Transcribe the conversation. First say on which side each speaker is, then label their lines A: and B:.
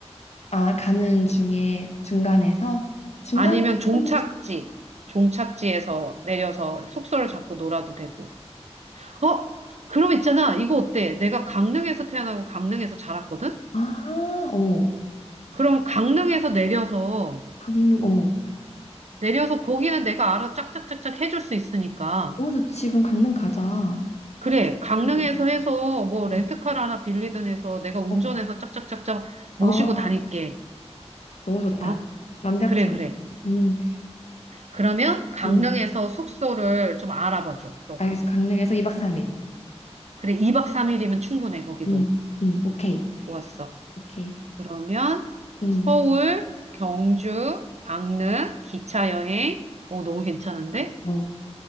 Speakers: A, on the left (about 75°); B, on the right (about 75°).
A: 아, 가는 중에 중간에서? 중간에
B: 아니면 종착지,
A: 어떤 걸 찍지?
B: 종착지에서 내려서 숙소를 잡고 놀아도 되고. 어? 그럼 있잖아. 이거 어때? 내가 강릉에서 태어나고 강릉에서 자랐거든?
A: 아, 오,
B: 그럼 강릉에서 내려서
A: 강릉, 오.
B: 내려서 거기는 내가 알아 짝짝짝짝 해줄 수 있으니까.
A: 오, 좋지. 그럼 강릉 가자.
B: 그래, 강릉에서
A: 오,
B: 해서 뭐
A: 음.
B: 렌트카를 하나 빌리든 해서 내가 운전해서
A: 어.
B: 짝짝짝짝 모시고
A: 아,
B: 다닐게.
A: 너무 네. 좋다.
B: 어?
A: 완벽해요.
B: 그래, 그래.
A: 음,
B: 그러면 강릉에서
A: 음,
B: 숙소를 좀 알아봐 줘, 너가.
A: 알겠어. 강릉에서 2박 3일.
B: 그래, 2박 3일이면 충분해, 거기도.
A: 음, 음, 오케이.
B: 좋았어.
A: 오케이.
B: 그러면
A: 음,
B: 서울, 경주, 강릉, 기차 여행. 어, 너무 괜찮은데?
A: 어,